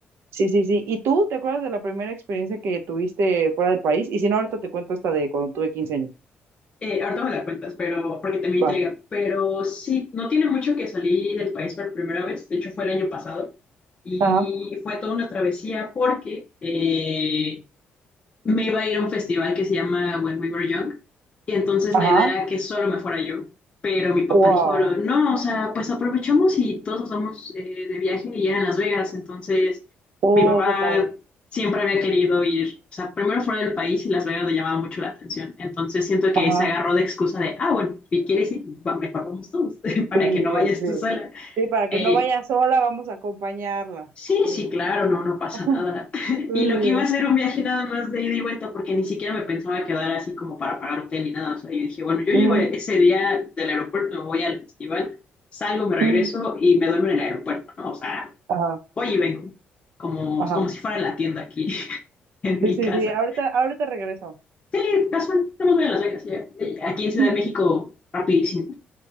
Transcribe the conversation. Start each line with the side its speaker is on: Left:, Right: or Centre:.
Right: Sí, sí, sí. ¿Y tú te acuerdas de la primera experiencia que tuviste fuera del país? Y si no, ahorita te cuento esta de cuando tuve quince años.
Left: Eh, ahorita me la cuentas, pero porque te me
Right: Va.
Left: intriga. Pero sí, no tiene mucho que salí del país por primera vez. De hecho, fue el año pasado. Y
Right: Ajá,
Left: fue toda una travesía porque eh, me iba a ir a un festival que se llama When We Were Young, y entonces
Right: ajá.
Left: la idea era que solo me fuera yo, pero mi papá
Right: Wow.
Left: dijo, no, no, o sea, pues aprovechamos y todos nos vamos eh, de viaje y era en Las Vegas, entonces
Right: Oh,
Left: mi papá
Right: qué padre.
Left: siempre había querido ir, o sea, primero fuera del país y Las Vegas le llamaba mucho la atención, entonces siento que
Right: Ajá.
Left: se agarró de excusa de, ah, bueno, si quieres ir, va- mejor vamos todos, <laughs>
Right: Sí,
Left: para que
Right: sí,
Left: no vayas
Right: sí. Sí,
Left: tú sola.
Right: Sí, para que
Left: Eh,
Right: no vaya sola, vamos a acompañarla.
Left: Sí,
Right: Sí.
Left: sí, claro, no, no pasa
Right: <laughs>
Left: nada. <laughs>
Right: Sí,
Left: Y
Right: sí,
Left: lo que iba a ser un viaje nada más de ida y vuelta, porque ni siquiera me pensaba quedar así como para pagar hotel ni nada. O sea, yo dije, bueno, yo
Right: sí.
Left: llego
Right: Ujú,
Left: ese día del aeropuerto, me voy al festival, salgo, me regreso
Right: ujú.
Left: y me duermo en el aeropuerto, ¿no? O sea,
Right: Ajá,
Left: voy y vengo, como,
Right: ajá.
Left: como si fuera la tienda aquí <laughs> en mi
Right: Sí, sí,
Left: casa.
Right: sí. Ahorita, ahorita regreso.
Left: Sí, casual, estamos bien a Las Vegas, ya. Aquí en Ciudad de México,
Right: <laughs>
Left: rapidísimo.